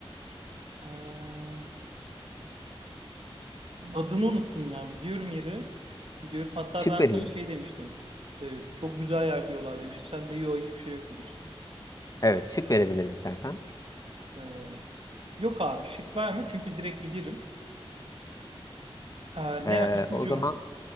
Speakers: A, on the right; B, on the left.
A: ee, adını unuttum ya. Biliyorum yeri. Biliyorum. Hatta
B: Şık
A: ben
B: vereyim.
A: sana şey demiştim. Ee, çok güzel yer diyorlar demiştim. Sen de yok hiçbir şey yok demiştin.
B: Evet şık verebilirim istersen.
A: Ee, yok abi şık verme çünkü direkt bilirim. Ee,
B: Ee,
A: ne ver? İpucu
B: o zaman
A: ver.